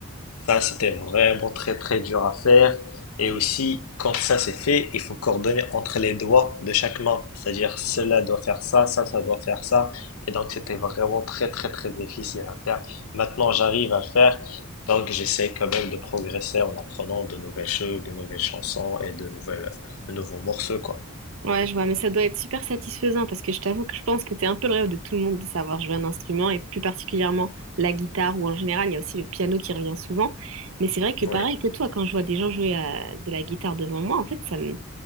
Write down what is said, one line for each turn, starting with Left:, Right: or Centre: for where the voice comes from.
Left: Ça, c'était vraiment très très dur à faire. Et aussi, quand ça c'est fait, il faut coordonner entre les doigts de chaque main. C'est-à-dire, cela doit faire ça, ça, ça doit faire ça. Et donc, c'était vraiment très très très difficile à faire. Maintenant, j'arrive à le faire. Donc, j'essaie quand même de progresser en apprenant de nouvelles choses, de nouvelles chansons et de nouvelles, de nouveaux morceaux, quoi.
Right: Ouais, je vois, mais ça doit être super satisfaisant parce que je t'avoue que je pense que c'est un peu le rêve de tout le monde de savoir jouer un instrument et plus particulièrement la guitare ou en général, il y a aussi le piano qui revient souvent. Mais c'est vrai que
Left: Oui.
Right: pareil que toi, quand je vois des gens jouer à- de la guitare devant moi, en fait, ça me,